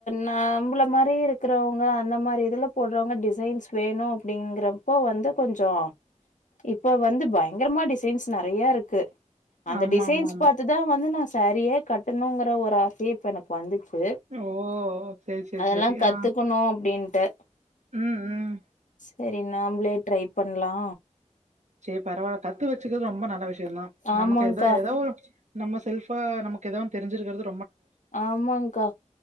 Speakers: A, on the left; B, on the right.
A: நம்பள மாரி இருக்கறவுங்க அந்த மாரி இதுல போட்றவுங்க டிசைன்ஸ் வேணு அப்டிங்றப்போ வந்து கொஞ்சோ இப்ப வந்து பய ங்கரமா டிசைன்ஸ் நெறையருக்கு அந்த
B: ஆமாமாமா.
A: டிசைன்ஸ் பாத்து தா வந்து நா சாரியே கட்டணுங்ற ஒரு ஆசையே இப்ப எனக்கு வந்துச் சு
B: ஓ! சரி, சரி,
A: அதெல்லா
B: சரி.
A: கத்துக்குணு
B: ஆ.
A: அப்டின்ட்டு
B: ம் ம்
A: செரி நாம்ளே ட்ரை பண்லா
B: செர் பரவால்ல கத்து வச்சுக்கிறது ரொம்ப நல்ல விஷிய தா
A: ஆமாங்க்கா
B: நமக்கு எந்த ஏதோ ஒரு நம்ம செல்ஃபா நமக்கு ஏதோன் தெரிஞ்சிருக்கறது
A: ஆமாங் கா